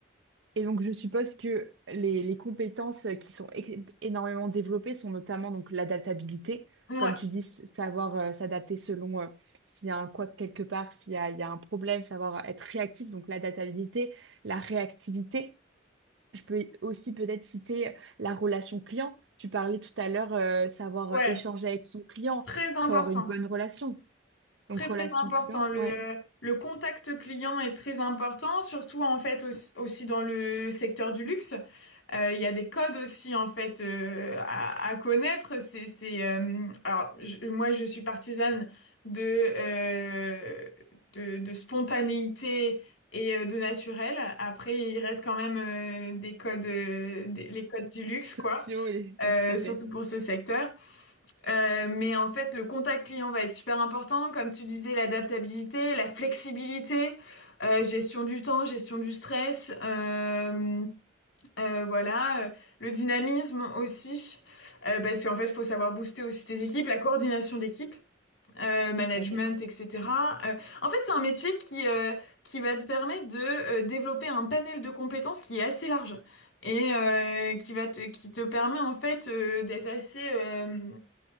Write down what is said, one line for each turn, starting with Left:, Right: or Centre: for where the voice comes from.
Right: Et donc, je suppose que les, les compétences qui sont ex- énormément développées sont notamment donc l'adaptabilité,
Left: Ouais,
Right: comme tu dis, s- savoir euh, s'adapter selon euh, s'il y a un quoi quelque part, s'il y a, il y a un problème, savoir être réactif, donc l'adaptabilité, la réactivité. Je peux aussi peut-être citer euh, la relation client. Tu parlais tout à l'heure, euh, savoir
Left: ouais,
Right: euh, échanger avec son client,
Left: très important.
Right: faut avoir une bonne relation. Donc,
Left: Très
Right: relation
Left: très important.
Right: client,
Left: Le,
Right: ouais,
Left: euh, le contact client est très important, surtout en fait aussi, aussi dans le secteur du luxe. Euh, Il y a des codes aussi en fait euh, à, à connaître. C'est, c'est, euh, alors je- moi je suis partisane de, euh, de, de spontanéité et euh, de naturel. Après il reste quand même euh, des codes, euh, des- les codes du luxe
Right: sociaux
Left: quoi,
Right: et,
Left: euh,
Right: et tout à
Left: surtout
Right: fait,
Left: pour ce secteur. Euh, mais en fait, le contact client va être super important, comme tu disais, l'adaptabilité, la flexibilité, euh, gestion du temps, gestion du stress, euh, euh, voilà, euh, le dynamisme aussi, euh, parce qu'en fait, il faut savoir booster aussi tes équipes, la coordination d'équipe, euh, management,
Right: tout à fait.
Left: etc. Euh, en fait, c'est un métier qui, euh, qui va te permettre de euh, développer un panel de compétences qui est assez large et euh, qui va te, qui te permet en fait euh, d'être assez euh,